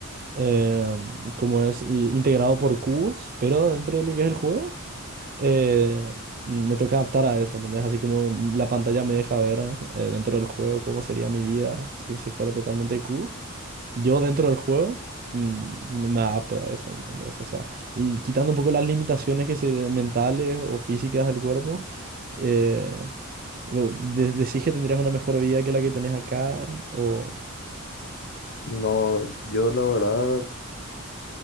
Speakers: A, on the right; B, on the left.
A: eh, como es, i- integrado por cubos, pero dentro de lo que es el juego eh, me tengo que adaptar a eso, ¿entendés? Así como la pantalla me deja ver eh, dentro del juego cómo sería mi vida si, si fuera totalmente de cubos, yo dentro del juego mm, me me adapto a eso, ¿entendés? O sea, y quitando un poco las limitaciones que se, mentales o físicas del cuerpo, eh, lo- de- decís que tendrías una mejor vida que la que tenés acá, o...
B: No, yo la verdad